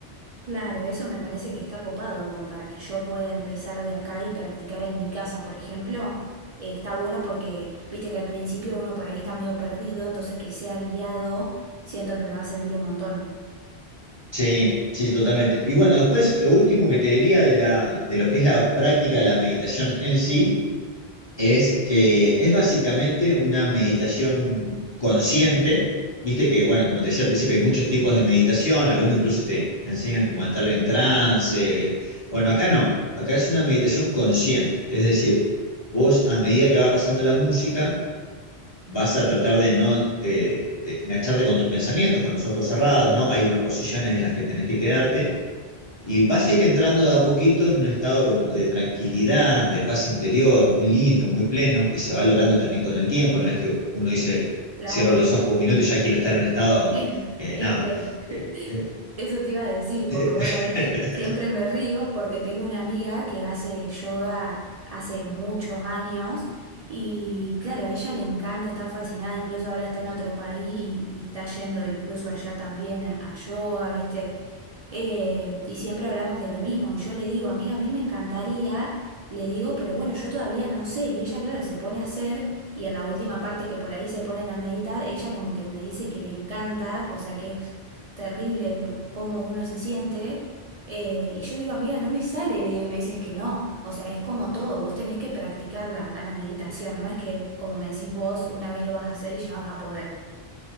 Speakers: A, on the right (about 50°); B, on the left (about 30°).
A: Claro, eso me parece que está copado, como para que yo pueda empezar de acá y practicar en mi casa, por ejemplo. Eh, está bueno porque, viste que al principio uno por ahí está medio perdido, entonces que sea guiado, siento que me va a servir un montón.
B: Sí, sí, totalmente. Y bueno, después lo último que te diría de la, de lo que es la práctica de la meditación en sí es que es básicamente una meditación consciente. Viste que, bueno, como te decía al principio, hay muchos tipos de meditación, algunos incluso te, te enseñan como a estar en trance. Bueno, acá no, acá es una meditación consciente, es decir, vos a medida que va pasando la música, vas a tratar de no eh, de engancharte con tus pensamientos, con los ojos cerrados, ¿no? Hay unas posiciones en las que tenés que quedarte y vas a ir entrando de a poquito en un estado como de tranquilidad, de paz interior, muy lindo, muy pleno, que se va logrando también con el tiempo. No es que uno dice,
A: Claro.
B: cierro los ojos un minuto y ya quiero estar en un estado.
A: <laughs>
B: eh,
A: Es
B: no.
A: que
B: Eh, eh,
A: Eso te iba a decir, porque
B: eh.
A: vos sabés
B: <laughs>
A: que siempre me río porque tengo una amiga que hace yoga hace muchos años y claro, a ella le encanta, está fascinada, incluso ahora está en otro país y, y está yendo incluso allá también a, a yoga, ¿viste? Eh, y siempre hablamos de lo mismo y yo le digo, amiga, a mí me encantaría, le digo, pero bueno, yo todavía no sé y ella, claro, se pone a hacer y en la última parte que por ahí se ponen a meditar, ella como que me dice que le encanta, o sea que es terrible cómo uno se siente. eh, y yo le digo, amiga, no me sale, le digo, y me dices que no. O sea, es como todo, vos tenés que practicarla a la meditación, no es que, como me decís vos, una vez lo vas a hacer y ya vas a poder.